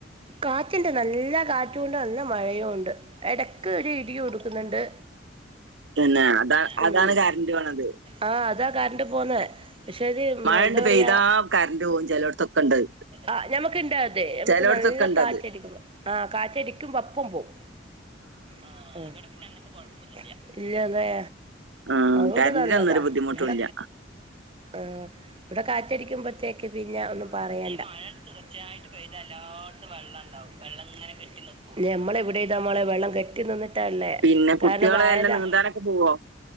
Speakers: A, on the right; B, on the right.
A: കാറ്റ് ഇണ്ട് നല്ല കാറ്റും ഉണ്ട് നല്ല മഴയും ഉണ്ട് എടക്ക് ഒരു ഇടിയും ഉടുക്കുന്നുണ്ട്
B: പിന്നെ അതാ
A: ഉം
B: അതാണ് കറന്റ് പോണത്
A: ആഹ് അതാ കറണ്ട് പോന്നെ പക്ഷെ അത്
B: മഴണ്ട്
A: എന്താ പറയാ
B: പെയ്താ കറന്റ് പോവും ചെലോട്ത്തൊക്കെണ്ടത്
A: ആഹ് ഞമക്ക് ഇണ്ടാ നമുക്ക്
B: ചെലോട്ത്തൊക്കെണ്ടത്
A: നല്ല കാറ്റടിക്കും ആഹ് കാറ്റടിക്കുംമ്പ അപ്പം പോവും ആ ഇവിടെ പിന്നെ അങ്ങനത്തെ കുഴപ്പം ഒന്നും ഇല്ല. ഇല്ല അല്ലേ?
B: ആഹ്
A: അതുകൊണ്ട്
B: കറന്റിനൊന്നും
A: നല്ലതാ
B: ഒരു ബുദ്ധിമുട്ടുല്ല
A: ഇവിട ആഹ് ഇവിട കാറ്റടിക്കുമ്പത്തേക്ക് പിന്നെ ഒന്നും പറയണ്ട. മഴ പെയ്താൽ എല്ലായിടത്തും വെള്ളം ഉണ്ടാകും വെള്ളം ഇങ്ങനെ കെട്ടി നിക്കും. ഞമ്മളെവിടെ ഇതാ മോളെ വെള്ളം കെട്ടി നിന്നി റ്റല്ലേ
B: പിന്നെ
A: കാരണം
B: കുട്ടികളെ
A: വയലാ
B: എല്ലാം നീന്താനൊക്കെ പോവോ